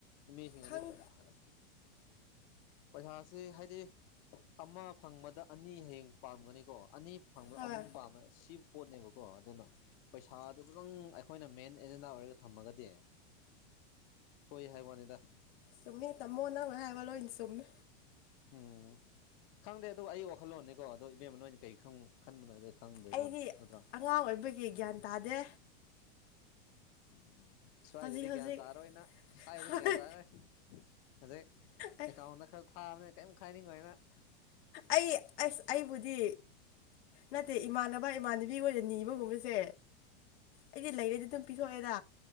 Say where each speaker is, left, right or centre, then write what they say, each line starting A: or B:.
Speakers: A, on the left; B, on the left.
A: ꯃꯤꯁꯤꯡꯅꯗꯤ
B: ꯈꯪ
A: ꯄꯩꯔꯥꯅ ꯄꯩꯁꯥꯥꯁꯦ ꯍꯥꯏꯗꯤ ꯑꯃ ꯐꯪꯕꯗ ꯑꯅꯤ ꯍꯌꯦꯡ ꯄꯥꯝꯒꯅꯤꯀꯣ ꯑꯅꯤ ꯐꯪꯕꯗ
B: ꯍꯣꯏ
A: ꯑꯍꯨꯝ ꯄꯥꯝꯕ ꯁꯤ ꯄꯣꯠꯅꯦꯕꯀꯣ ꯑꯗꯨꯅ ꯄꯩꯁꯥꯗꯨꯗꯪ ꯑꯩꯈꯣꯏꯅ ꯃꯦꯟ ꯑꯦꯖꯦꯟꯗꯥ ꯑꯣꯏꯔꯒ ꯊꯝꯃꯒꯗꯤ ꯁꯣꯏ ꯍꯥꯏꯕꯋꯥꯅꯤꯗ꯫
B: ꯆꯨꯝꯃꯤ ꯇꯝꯃꯣ ꯅꯪꯅ ꯍꯥꯏꯕ ꯂꯣꯏꯅ ꯆꯨꯝꯃꯤ꯫
A: ꯎꯝ ꯈꯪꯗꯦ ꯑꯗꯨ ꯑꯩ ꯋꯥꯈꯜꯂꯣꯟꯅꯤꯀꯣ ꯑꯗꫭ ꯏꯕꯦꯝꯃꯅꯣꯏ ꯀꯩ ꯈꯪ ꯈꯟꯕꯅꫭꯏꯗ ꯈꯪꯗ꯭ꯔꯦꯀꯣ
B: ꯑꯩꯗꯤ
A: ꯅꯠꯇ꯭ꯔꫭ꯫
B: ꯑꯉꯥꯡ ꯑꯣꯏꯕꯒꯤ ꯒ꯭ꯌꯥꯟ ꯇꯥꯗꯦ꯫
A: ꯎꯝ ꯁ꯭ꯋꯥꯏꯗꯗꯤ
B: ꯍꯧꯖꯤꯛ ꯍꯧꯖꯤꯛ
A: ꯒ꯭ꯌꯥꯟ ꯇꯥꯔꯣꯏꯅꯪ ꯁ꯭ꯋꯥꯏꯗꯗꯤ
B: ꯍꯣꯏ
A: ꯒ꯭ꯌꯥꯟ ꯇꯥꯔꯣꯏ꯫ ꯍꯧꯖꯤꯛ
B: ꯑꯩ
A: ꯑꯦꯀꯥꯎꯟꯗ ꯈꯔ ꯊꯥꯕꯅꯤꯅ ꯀꯔꯤꯝ ꯈꯥꯏꯅꯤꯡꯉꯣꯏ ꯅꯪ꯫
B: ꯑꯩ ꯑꯩꯁ ꯑꯩꯕꯨꯗꯤ ꯅꯠꯇꯦ ꯏꯃꯥꯟꯅꯕ ꯏꯃꯥꯟꯅꯕꯤ ꯒꫭꯏꯏꯅ ꯅꯤꯕꯒꯨꯝꯕꯁꯦ ꯑꯩꯗꯤ ꯂꯩꯔꯗꯤ ꯑꯗꯨꯝ ꯄꯤꯊꯣꯛꯑꯦꯗ